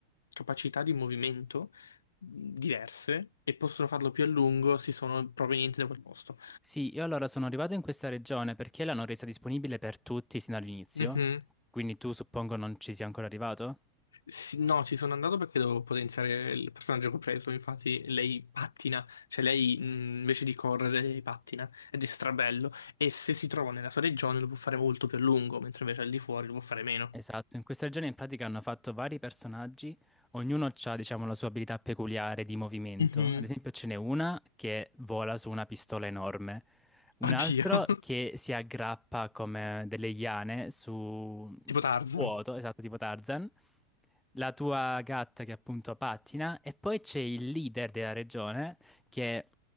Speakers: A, on the left; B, in the centre.
A: capacità di movimento mh, diverse e possono farlo più a lungo se sono provenienti da quel posto.
B: Sì, io allora sono arrivato in questa regione perché l'hanno resa disponibile per tutti sin dall'inizio,
A: Mhm.
B: quindi tu suppongo non ci sia ancora arrivato?
A: Sì, no, ci sono andato perché dovevo potenziare il personaggio che ho preso. Infatti, lei pattina, cioè lei mh, invece di correre, lei pattina ed è strabello. E se si trova nella sua regione lo può fare molto più a lungo, mentre invece al di fuori lo può fare meno.
B: Esatto, in questa regione in pratica hanno fatto vari personaggi, ognuno ha, diciamo, la sua abilità peculiare di movimento.
A: Mhm.
B: Ad esempio, ce n'è una che vola su una pistola enorme, un
A: Oddio,
B: altro che
A: <laughs>
B: si aggrappa come delle iane su
A: tipo Tarzan.
B: vuoto, esatto, tipo Tarzan, la tua gatta che appunto pattina, e poi c'è il leader della regione che